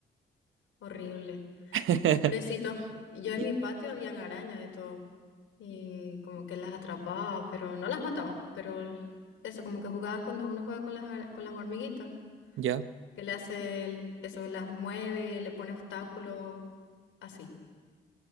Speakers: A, on the left; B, on the right.
A: Horrible.
B: <laughs>
A: Pobrecito, yo en
B: Y-
A: mi patio habían arañas de todo. y como que las atrapaba, pero no las mataba, pero eso, como que jugaba cuando uno juega con las, ar- con las hormiguitas,
B: Ya,
A: que le hace el- eso, las mueve, le pone obstáculos, así.